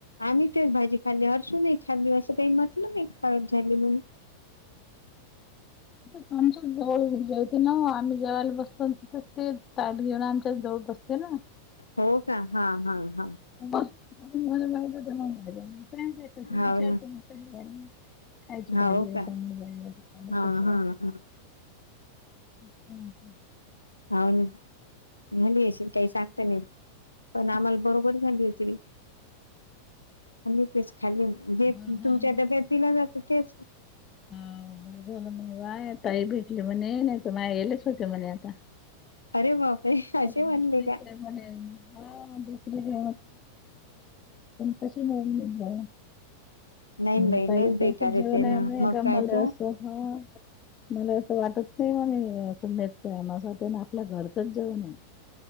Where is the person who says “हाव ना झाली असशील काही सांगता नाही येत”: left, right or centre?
Left